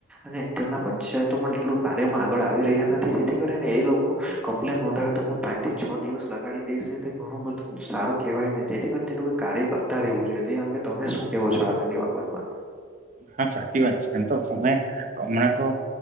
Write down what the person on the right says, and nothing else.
હા સાચી વાત છે એમ તો અમે હમણાં તો